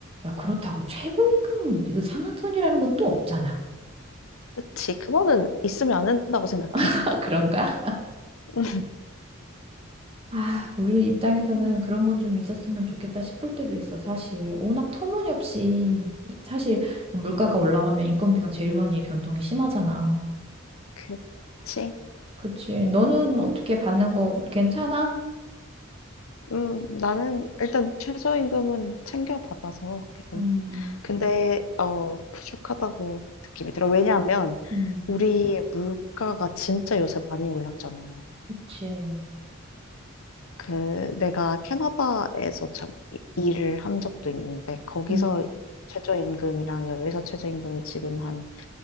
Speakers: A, on the right; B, on the left.
A: 야, 그렇다고 최고임금 이거 상한선이라는 건 또 없잖아.
B: 그치. 그거는 있으면 안 된다고 생각해.
A: <laughs> 그런가?
B: <laughs>
A: 아, 우리 입장에서는
B: 음.
A: 그런 건 좀 있었으면 좋겠다 싶을 때도 있어, 사실. 워낙 터무니없이, 이- 사실 뭐 물가가 올라가면 인건비가 제일 많이 변동이 심하잖아.
B: 그치.
A: 그치. 너는 어떻게 받는 거 괜찮아?
B: 음, 나는 일단 최저임금은 챙겨받아서. 괜-
A: 음,
B: 근데, 어, 부족하다고 느낌이 들어. 왜냐하면,
A: 음,
B: 우리의 물가가 진짜 요새 많이 올랐잖아.
A: 그치.
B: 그, 내가 캐나다에서 참 이- 일을 한 적도 있는데, 거기서
A: 음,
B: 최저임금이랑 여기서 최저임금이 지금 한